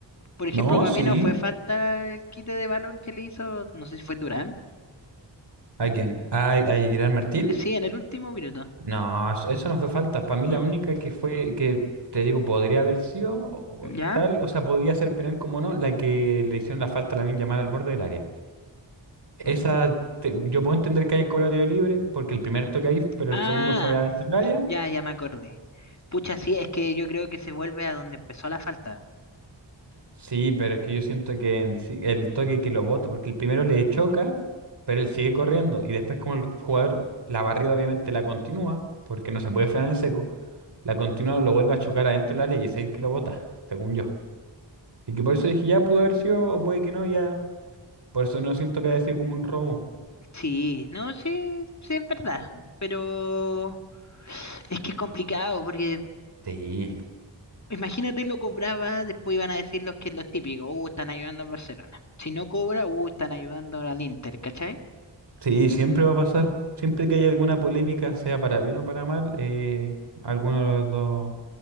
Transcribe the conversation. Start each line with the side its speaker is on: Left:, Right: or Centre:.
Left: Por ejemplo,
Right: No,
Left: para
Right: sí.
Left: mí no fue falta el quite de balón que le hizo, no sé si fue Durán.
Right: ¿A quién? ¿A, a Gerard Martín?
Left: Eh, Sí, en el último minuto.
Right: No, eso, eso no fue falta. Para mí la
Left: Ah,
Right: única que fue, que te digo, podría haber sido o- o
Left: ¿Ya?
Right: tal, o sea, podía ser penal como no, la que le hicieron la falta a Lamine Yamal al borde del área. Esa,
Left: ah,
Right: te- yo puedo entender que hayan cobrado tiro libre, porque el primer toque ahí, pero
Left: ah,
Right: el segundo fue adentro del área.
Left: ya, ya me acordé. Pucha, sí, es que yo creo que se vuelve a donde empezó la falta.
Right: Sí, pero es que yo siento que en sí- el toque que lo bota, porque el primero le choca, pero él sigue corriendo. Y después, como el jugador, la barrida obviamente la continúa, porque no se puede frenar en seco, la continúa, lo vuelve a chocar adentro del área y es él que lo bota, según yo. Y que por eso dije, ya pudo haber sido, o puede que no, ya. Por eso no siento que haya sido como un robo.
Left: Sí, no, sí, sí, es verdad. Pero es que es complicado porque
Right: Sí.
Left: imagínate lo cobraba, después iban a decir los que los típicos, uh, están ayudando al Barcelona. Si no cobra, uh, están ayudando al Inter, ¿cachai?
Right: Sí, siempre va a pasar. Siempre que haya alguna polémica, sea para bien o para mal, eh, alguno de los dos